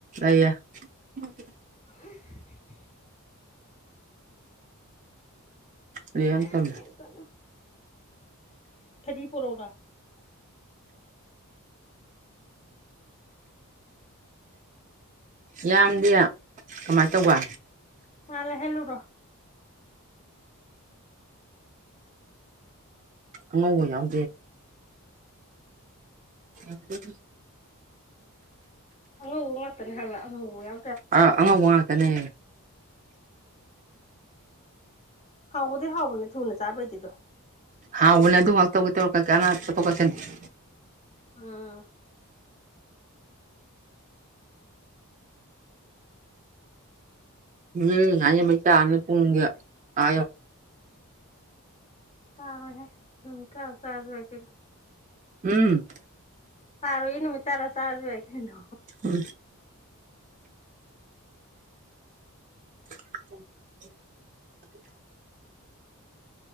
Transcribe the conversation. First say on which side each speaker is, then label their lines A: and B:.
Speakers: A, on the right; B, on the left.
A: <unintelligible>
B: ꯑ
A: ꯂꯩꯌꯦ ꯃꯇꯝꯗ
B: ꯑ ꯊꯀꯗꯣꯣ ꯐꯔꯤ ꯄꯔꯣꯔ
A: ꯌꯥꯝꯗꯦ ꯀꯃꯥꯏꯅ ꯇꯧꯕ
B: ꯃꯥꯂ ꯍꯦꯜꯂꯨꯗꯣ
A: ꯉ ꯌꯥꯝ ꯑ
B: ꯉ ꯃꯅꯦ ꯍꯥꯏꯂ ꯍ ꯌꯥ
A: ꯑꯥ ꯑꯉꯛ ꯋꯥ ꯉꯥꯛꯇꯅꯦ
B: ꯍꯥꯎꯕꯗꯩ ꯍꯥꯎꯕꯅꯦ ꯊꯨꯅ ꯆꯥꯕꯩꯗꯤꯗꯣ
A: ꯍꯥꯎ ꯎꯅ ꯑꯗꯨ ꯉ ꯇꯧꯒꯦ ꯇꯧꯔ ꯀꯊ ꯆꯠꯁꯤ
B: ꯑꯥ
A: ꯎꯝ ꯑꯌꯦ ꯃꯩꯇ ꯑꯅꯤꯄ ꯑ
B: ꯑꯅꯦ ꯍꯀꯁꯗꯕ
A: ꯎꯝ
B: ꯇꯥꯔꯣ ꯏꯅꯃꯤ ꯇꯔꯥ ꯁꯥꯖꯕꯏ ꯀꯅ
A: ꯍ <unintelligible>